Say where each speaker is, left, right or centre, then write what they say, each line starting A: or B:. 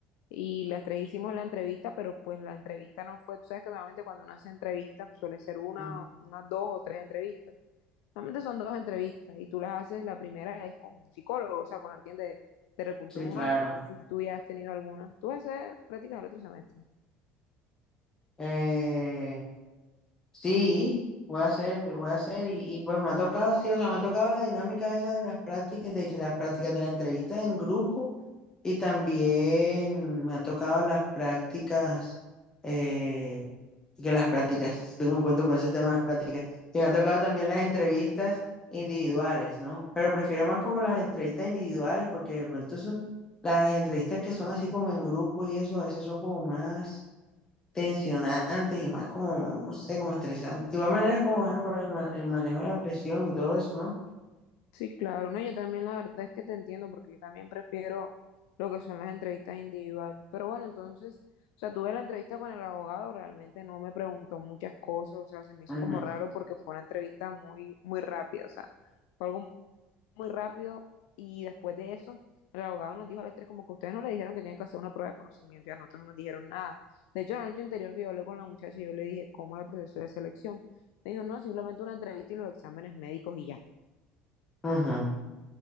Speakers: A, on the left; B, on the left.
A: y las tres hicimos la entrevista, pero pues la entrevista no fue, tú sabes que normalmente cuando uno hace entrevistas pues, suele ser una,
B: Ujú.
A: unas dos o tres entrevistas. Normalmente son dos entrevistas y tú las haces, la primera es con un psicólogo, o sea, con alguien de, de recursos
B: Sí,
A: humanos.
B: claro.
A: No sé si tú ya has tenido alguna. Tú vas a hacer prácticas el otro semestre.
B: Eh, Sí, voy a hacer, voy a hacer, y, y pues me ha tocado, sí, o sea, me ha tocado la dinámica esa de las prácticas, de que las prácticas de la entrevista en grupo, y también me ha tocado las prácticas, eh, que las prácticas, sí, tengo un cuento con ese tema de las prácticas, y me ha tocado también las entrevistas individuales, ¿no? Pero prefiero más como las entrevistas individuales, porque de pronto eso, las entrevistas que son así como en grupo y eso, a veces son como más tensionantes y más como, no sé, como estresantes. De igual manera como ah, para el, ma- el manejo de la presión y todo eso, ¿no?
A: Sí, claro, no, yo también la verdad es que te entiendo porque yo también prefiero lo que son las entrevistas individuales. Pero bueno, entonces, o sea, tuve la entrevista con el abogado, realmente no me preguntó muchas cosas, o sea, se me hizo
B: Ujú.
A: como raro porque fue una entrevista muy, muy rápida, o sea, fue algo muy rápido y después de eso, el abogado nos dijo a las tres como que ustedes no le dijeron que tienen que hacer una prueba de conocimiento y a nosotros no nos dijeron nada. De hecho, la noche anterior que yo hablé con la muchacha, yo le dije, ¿cómo es el proceso de selección? Me dijo, no, simplemente una entrevista y los exámenes médicos y ya.
B: Ujú.